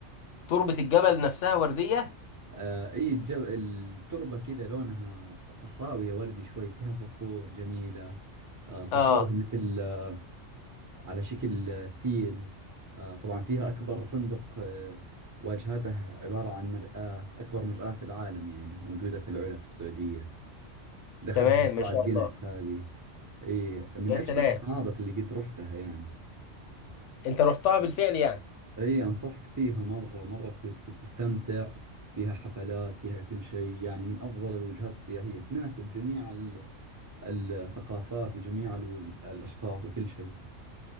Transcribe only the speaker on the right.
آه إيه الجب... التربة كذا لونها صحراوية وردي شوي فيها صخور جميلة آه صخورها
مثل آه على شكل آه، فيل آه طبعا فيها أكبر فندق آه واجهته عبارة عن مرآة أكبر مرآة في العالم يعني موجودة في العلا في السعودية دخلت
موسوعة
جينيس
هذه اي من
اجمل
الفنادق اللي قد رحتها يعني
اي انصحك فيها مرة مرة بت- بت- بتستمتع فيها حفلات فيها كل شيء يعني من افضل الوجهات السياحية تناسب جميع ال- الثقافات وجميع ال- الاشخاص وكل شيء